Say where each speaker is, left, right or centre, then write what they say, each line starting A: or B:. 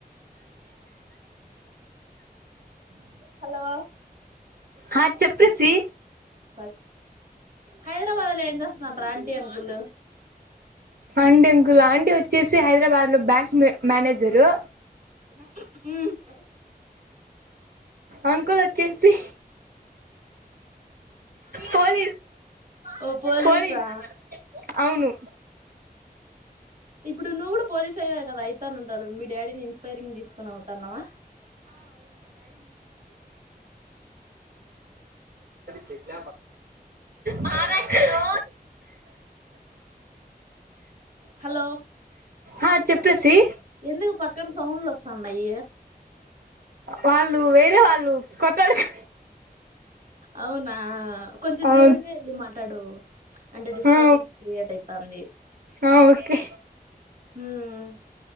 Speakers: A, on the right; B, on the right.
A: హలో
B: హ చెప్పసి
A: స హైదరాబాద్లో ఎం చేస్తాండ్ర్ aunty uncle
B: aunty uncle aunty వచ్చేసి హైదరాబాద్ లో బ్యాంక్ మేనేజరు
A: మీ కు
B: అంకుల్ వచ్చేసి పోలీస్
A: ఓ పోలీసా
B: పోలీస్ అవును
A: ఇప్పుడు నువ్వు కూడా పోలీస్ అయ్యావ్ కదా అయితను అంటరు మీ డాడీని ఇన్స్పైరింగ్ తీసుకొని అవుతన్నావా
B: చెష్ట మారష్ట లో
A: హలో
B: ఆ చెప్పేసి
A: ఎందుకు పక్కన సౌండ్లు వ స్థాండాయి
B: వాళ్ళు వేరే వాళ్ళు కొట్టాడుకు
A: అవునా కొంచెం
B: అవును
A: దూరంగా వెళ్ళి మాట్లాడు అంటే డిస్టర్బెన్స్
B: ఆ
A: క్రియేట్ అయితంది
B: ఆ ఓకే
A: మ్మ్